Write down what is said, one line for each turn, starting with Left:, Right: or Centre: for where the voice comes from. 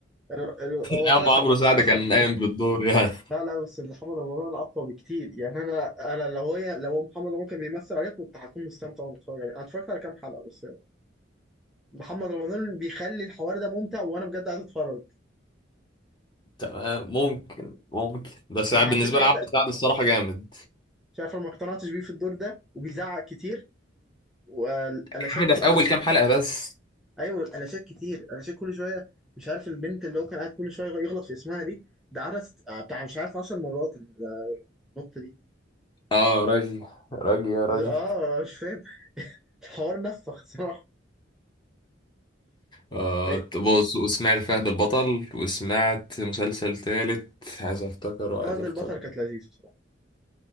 Centre: ال- ال- هو
Left: ايام
Centre: فشل
Left: عمرو سعد
Centre: فشل
Left: كان
Centre: فيها
Left: قايم بالدور يعني
Centre: لا لا بس محمد رمضان اقوى بكتير يعني انا انا لو هي لو محمد رمضان كان بيمثل عليه كنت هكون مستمتع وانا بتفرج عليه انا اتفرجت على كام حلقه بس يعني. محمد رمضان بيخلي الحوار ده ممتع وانا بجد عايز اتفرج
Left: تمام ممكن ممكن بس
Centre: انا
Left: يعني بالنسبه
Centre: حسيت حتى
Left: لعمرو سعد الصراحه جامد
Centre: شايف انا ما اقتنعتش بيه في الدور ده وبيزعق كتير والالاشات
Left: يا عم ده
Centre: في
Left: في
Centre: التمثيل
Left: اول كام حلقة بس
Centre: ايوه الالاشات كتير الالاشات كل شويه مش عارف البنت اللي هو كان قاعد كل شويه يغلط في اسمها دي ده عرس آه، بتاع مش عارف 10 مرات النقطه دي
Left: اه راجي راجي يا راجي
Centre: اه مش فاهم الحوار نفخ صراحه
Left: آه
Centre: إيه،
Left: بص وسمعت فهد البطل وسمعت مسلسل تالت عايز افتكر وعايز
Centre: فهد
Left: افتكر
Centre: البطل كانت لذيذه صراحه